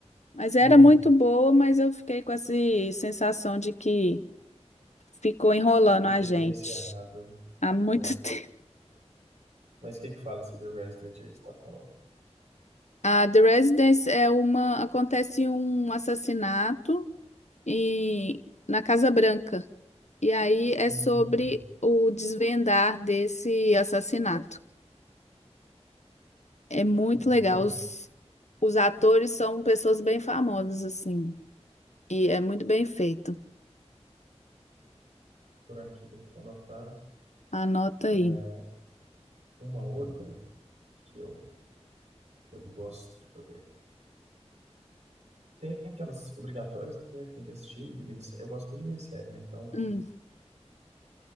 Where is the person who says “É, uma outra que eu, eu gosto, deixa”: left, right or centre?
Right